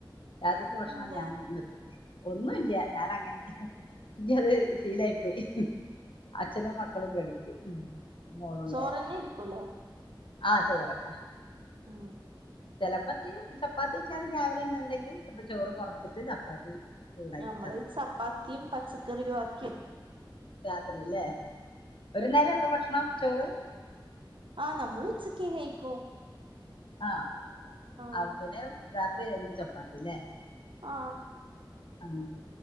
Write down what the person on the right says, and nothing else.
എന്തേ
ചോറന്നെ എടുക്കൂലേ
ആ
ഞമ്മള്
ചപ്പാത്തിം പച്ചക്കറിയു ആക്കി
ആ നമ്മള് ഉച്ചക്കെ കഴിക്കൂ
ആഹ്
ആഹ്